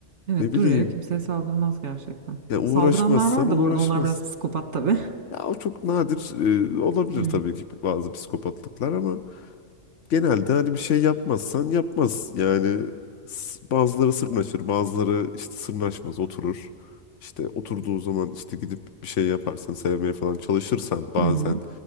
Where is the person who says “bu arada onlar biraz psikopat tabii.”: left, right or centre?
Right